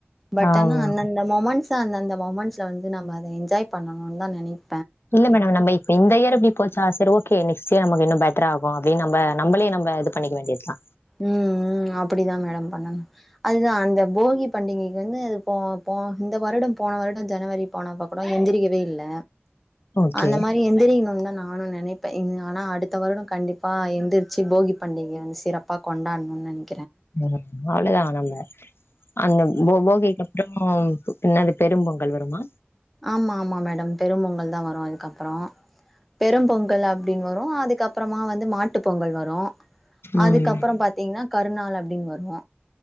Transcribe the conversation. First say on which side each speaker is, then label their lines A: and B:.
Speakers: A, in the centre; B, on the left.
A: பட்
B: ஆமா
A: ஆனா அந்தந்த மொமண்ட்ஸ் ஸ‌ அந்தந்த மொமண்ட்ஸ்ல வந்து நம்ம அத என்ஜாய் பண்ணனுன் தா நெனைப்
B: இல்ல மேடம் நம்ம இப்ப இந்த இயர் இப்டி போச்சா செரி ஓகே நெக்ஸ்ட் இயர் நமக்கு இன்னு பெட்ராகு அப்டின் நம்ப நம்பளே நம்ப இது பண்ணிக்க வேண்டியதுதா
A: ம் ம் அப்புடிதா மேடம் பண்ணனு அதுதா அந்த போகி பண்டிகைக்கு வந்து அது போ போ இந்த வருடம் போன வருட‌ ஜனவரி போனப்ப கூட எந்திரிக்கவே இல்ல
B: ஓகே
A: அந்த மாரி எந்திரிகனுன் தா நா நானு நெனைப்பே இன்‌ ஆனா அடுத்த வருட கண்டிப்பா எந்திர்ச்சு போகி பண்டிகய‌ வந்து சிறப் பா கொண்டாட்னுன்‌ நெனை
B: ம் அவ்ளதா நம்ம அந்த போ போகிக்கப்றோ என்னது பெரும் பொங்கல் வருமா
A: ஆமா ஆமா மேடம் பெரும் பொங்கல் தா வரு அதுக்கப்பறோ பெரும் பொங்கல் அப்டின் வரு அதுக்கப்றமா வந்து மாட்டு பொங்கல் வரு
B: ம்
A: அதுக்கப்றம் பாத்தீங்னா கருநாள் அப்டின் வரு